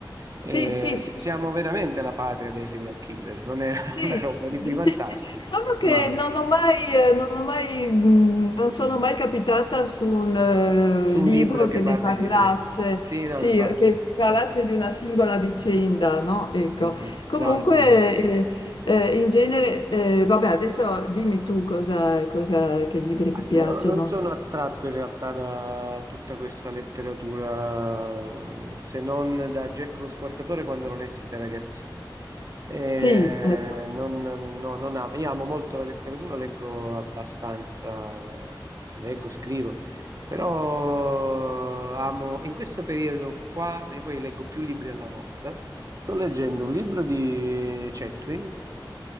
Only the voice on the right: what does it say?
Eh,
si- siamo veramente la patria dei serial killer, non è <laughs>
una roba
di cui
vantarsi,
ma
su
un libro
che parli
di serial killer. Sì, no,
infatti.
infatti.
Mm, mm.
No, nemmeno io.
Ma
Io
non sono attratto in realtà da tutta questa letteratura, se non da Jack lo Squartatore quando lo lessi da ragazzino. Eh,
non, no, non amo. Io amo molto la letteratura, leggo abbastanza, eh, leggo, scrivo, però amo, in questo periodo qua, e poi leggo più libri alla volta, sto leggendo un libro di Chetwin